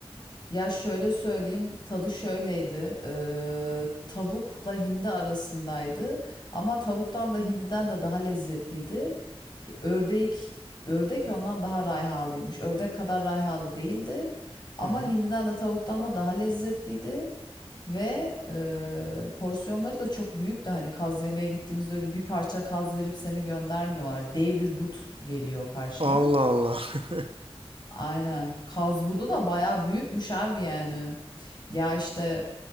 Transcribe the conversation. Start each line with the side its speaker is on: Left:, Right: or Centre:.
Left: Ya şöyle söyleyeyim tadı şöyleydi eee, tavukla hindi arasındaydı ama tavuktan da hindiden de daha lezzetliydi. Ördek ördek ondan daha rayhalıymış ördek kadar rayhalı değildi ama
Right: Hı hı.
Left: hindiden de tavuktan da daha lezzetliydi. Ve eee, porsiyonları da çok büyüktü. Hani kaz yemeye gittiğimizde öyle bir parça kaz verip seni göndermiyorlar. Dev bir but geliyor karşına.
Right: Allah Allah. <laughs>
Left: Aynen. Kaz budu da bayağı büyükmüş abi yani. Ya işte